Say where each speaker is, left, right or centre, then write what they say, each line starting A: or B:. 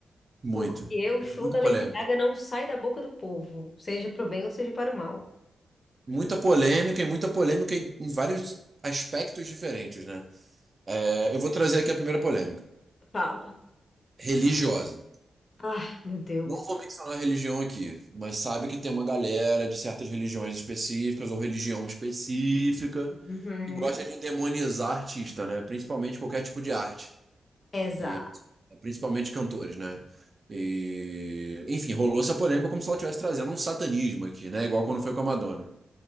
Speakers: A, on the right; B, on the left.
A: Muito.
B: porque o
A: Muito-
B: show
A: Muita
B: da
A: polêmica.
B: Lady Gaga não sai da boca do povo, seja para o bem ou seja para o mal.
A: Muita polêmica e muita polêmica em vários aspectos diferentes, né? É, eu vou trazer aqui a primeira polêmica,
B: Fala.
A: religiosa.
B: Ah, meu Deus.
A: Não vou mencionar religião aqui, mas sabe que tem uma galera de certas religiões específicas ou religião específica
B: Uhum,
A: que gosta de endemonizar artista, né? Principalmente qualquer tipo de arte.
B: exato.
A: E principalmente cantores, né? E, enfim, rolou essa polêmica como se ela estivesse trazendo um satanismo aqui, né? Igual quando foi com a Madonna.